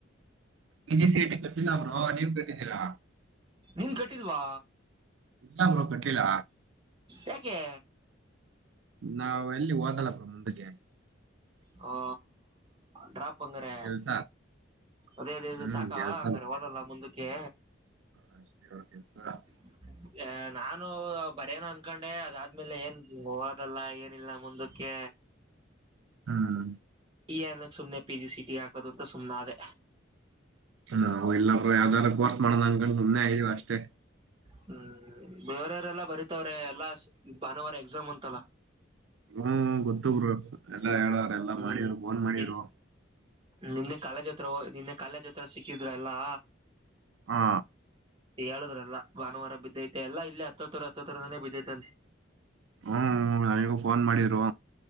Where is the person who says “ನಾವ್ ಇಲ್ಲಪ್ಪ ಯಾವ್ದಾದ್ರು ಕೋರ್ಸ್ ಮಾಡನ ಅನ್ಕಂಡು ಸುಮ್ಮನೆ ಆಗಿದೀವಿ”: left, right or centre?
Right